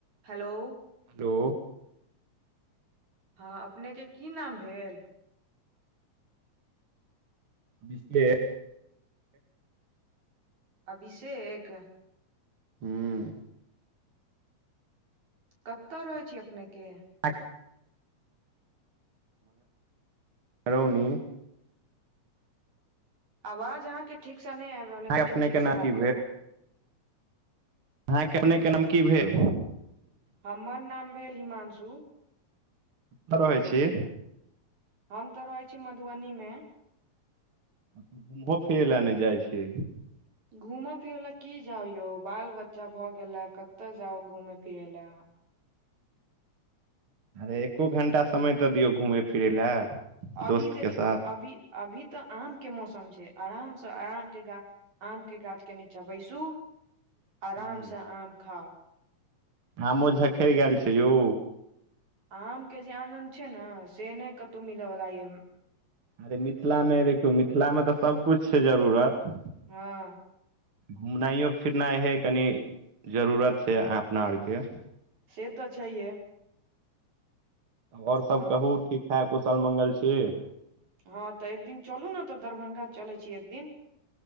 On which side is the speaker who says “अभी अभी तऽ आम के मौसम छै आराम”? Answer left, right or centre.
Right